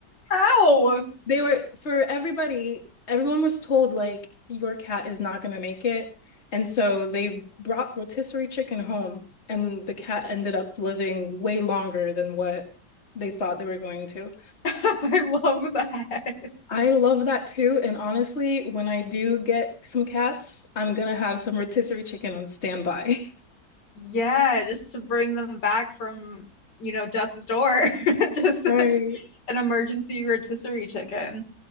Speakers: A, on the left; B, on the left.
A: How? <laughs>
B: They were for everybody, everyone was told like your cat is not gonna make it. And so they brought rotisserie chicken home and the cat ended up living way longer than what they thought they were going to.
A: I love that.
B: I love that too. And honestly, when I do get some cats, I'm gonna have some rotisserie chicken on standby. <laughs>
A: Yeah, just to bring them back from, you know, death's door. <laughs> Just
B: Right.
A: an emergency rotisserie chicken.